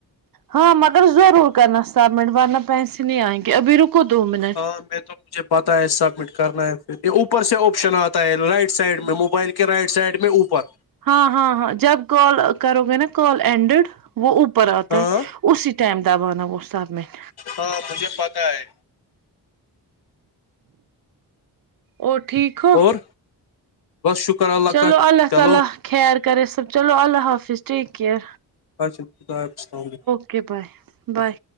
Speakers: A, on the right; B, on the left.
A: ہاں مگر ضرور کرنا سبمٹ وارنہ پیسی نہیں آئیں گے ابھی رکو دو منٹ
B: ہاں میں تو مجھے پتا ہے سبمٹ کرنا ہے پھر یہ اوپر سے آپشن آتا ہے رائٹ سائڈ میں موبائل کے رائٹ سائڈ میں اوپر
A: ہاں ہاں ہاں جب کال کرو گے نا کال اینڈیڈ وہ اوپر آتا
B: ہاں
A: ہے اسی ائم دبانا وہ سبمٹ
B: ہاں مجھے پتا ہے
A: اور ٹھیک ہو
B: اور بس شکر اللہ
A: چلو
B: کا
A: اللہ
B: چلو
A: تعالی خیر کرے سب چلو اللہ حافظ ٹیک کیر
B: اچھا خدا حافظ ا علیکم
A: اوکے بائے بائے